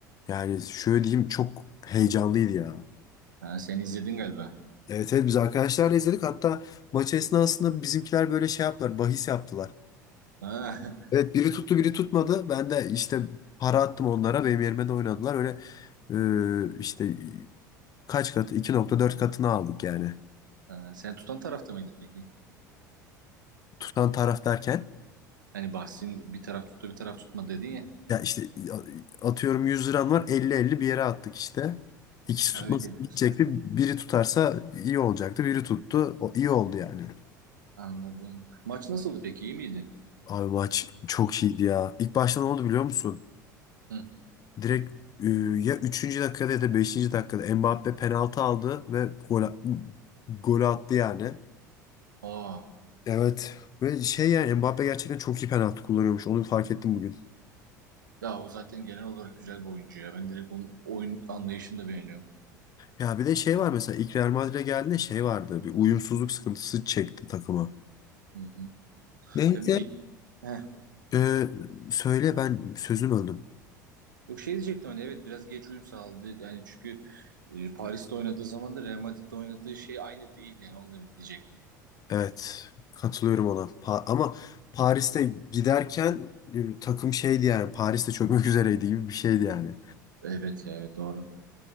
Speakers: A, on the left (about 40°); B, on the right (about 80°).
A: Yani şöyle diyeyim çok heyecanlıydı ya.
B: Ha, sen izledin galiba.
A: Evet evet biz arkadaşlarla izledik. Hatta maç esnasında bizimkiler böyle şey yaptılar. Bahis yaptılar.
B: Ha. <laughs>
A: Evet biri tuttu biri tutmadı. Ben de işte para attım onlara. Benim yerime de oynadılar. Öyle e, işte kaç katı? 2.4 katını aldık yani.
B: Ha, sen tutan tarafta mıydı peki?
A: tutan taraf derken
B: Hani bahsin bir taraf tuttu bir taraf tutma dedin ya.
A: ya işte ya- atıyorum 100 liran var elli elli bir yere attık işte. İkisi
B: Ha,
A: tutmasa
B: öyle diyorsun.
A: gidecekti. Biri tutarsa iyi olacaktı. Biri tuttu. O iyi oldu yani.
B: Anladım. Maç nasıldı peki? İyi miydi?
A: Abi maç çok iyiydi ya. İlk başta ne oldu biliyor musun?
B: Hı.
A: Direkt e, ya üçüncü dakikada ya da 5. dakikada Mbappe penaltı aldı ve gol gol attı yani.
B: Aa.
A: Evet. Ve şey yani Mbappe gerçekten çok iyi penaltı kullanıyormuş. Onu fark ettim bugün.
B: Ya o zaten genel olarak güzel bir oyuncu ya. Ben direkt onun oyun anlayışını da beğeniyorum.
A: Ya bir de şey var mesela ilk Real Madrid'e geldiğinde şey vardı. Bir uyumsuzluk sıkıntısı çekti takıma.
B: Hı hı.
A: Neyse.
B: Ya bir ge- <laughs>
A: Ee, söyle ben sözüm öldüm.
B: Yok şey diyecektim hani evet biraz geç uyum sağladı. Yani çünkü e, Paris'te oynadığı zaman da Real Madrid'de oynadığı şey aynı değil yani onu da diyecektim.
A: Evet katılıyorum ona. Pa- ama Paris'te giderken e, takım şeydi yani Paris'te çökmek <laughs> üzereydi gibi bir şeydi yani.
B: Evet ya evet doğru.